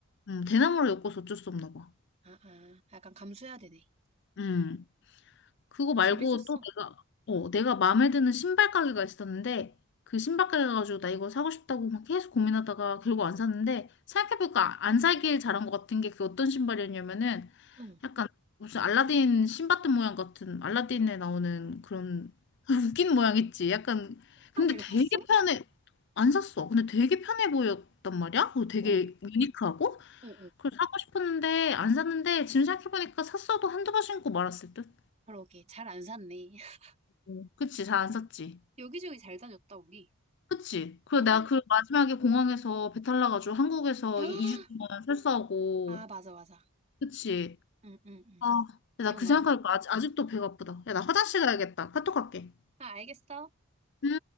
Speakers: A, on the left (about 55°); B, on the right (about 30°).
A: 음, 대나무를 엮어서 어쩔 수 없나 봐.
B: 아 아. 약간 감수해야 되네.
A: 음. 그거
B: 그래도
A: 말고
B: 재밌었어.
A: 또 내가, 어, 내가 마음에 드는 신발 가게가 있었는데, 그 신발 가게 가가지고 나 이거 사고 싶다고 막 계속 고민하다가 결국 안 샀는데, 생각해보니까 안 사길 잘한 것 같은 게 그 어떤 신발이었냐면은,
B: 응.
A: 약간 무슨 알라딘 신밧드 모양 같은, 알라딘에 나오는 그런, <laughs> 웃긴 모양 있지. 약간,
B: 가게를
A: 근데 되게
B: 갔어? 어.
A: 편해. 안 샀어. 근데 되게 편해 보였단 말이야? 그리고 되게
B: 어
A: 유니크하고?
B: 어.
A: 그걸 사고 싶었는데, 안 샀는데, 지금 생각해보니까 샀어도 한두 번 신고 말았을 듯?
B: 그러게 잘 안 샀네. <laughs>
A: 어, 그치, 잘 안 썼지.
B: 여기저기 잘 다녔다 우리.
A: 그치. 그리고
B: 응
A: 내가
B: 응.
A: 그 마지막에 공항에서 배탈 나가지고 한국에서
B: 아
A: 2주 동안 설사하고.
B: 아, 맞아, 맞아.
A: 그치.
B: 응, 응, 응.
A: 아, 나
B: 기억난다.
A: 그 생각하니까 아직, 아직도 배가 아프다. 야, 나 화장실 가야겠다. 카톡 할게.
B: 아, 알겠어.
A: 응?